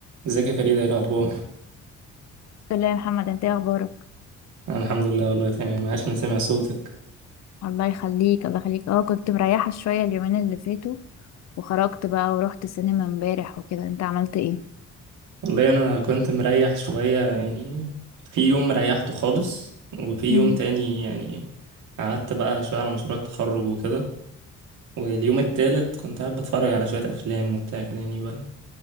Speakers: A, on the right (about 75°); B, on the left (about 60°).
A: ازيك يا فريدة ايه الأخبار؟
B: الحمد لله يا محمد انت ايه اخبارك
A: أنا الحمد لله والله تمام عاش من سمع صوتك
B: الله يخليك الله يخليك اه كنت مريحة شوية اليومين اللي فاتوا وخرجت بقى ورحت سينما امبارح وكده انت عملت ايه
A: والله أنا كنت مريح شوية يعني في يوم ريحته خالص وفي
B: مم.
A: يوم تاني يعني قعدت بقى شوية على مشروع التخرج وكده واليوم التالت كنت قاعد بتفرج على شوية أفلام وبتاع كده يعني بقى